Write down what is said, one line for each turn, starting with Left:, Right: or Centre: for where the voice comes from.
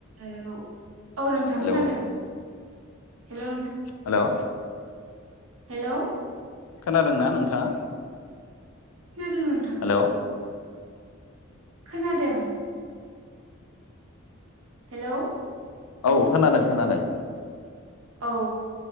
Right: ओ औ नों थां
Left: हेलौ
Right: खोनादों। Hello
Left: hello.
Right: हेलौ।
Left: खोनादोंना नोंथाङा?
Right: खोनादों नोंथां।
Left: हेलौ
Right: खोनादों। हेलौ।
Left: औ खोनादों खोनादों।
Right: औ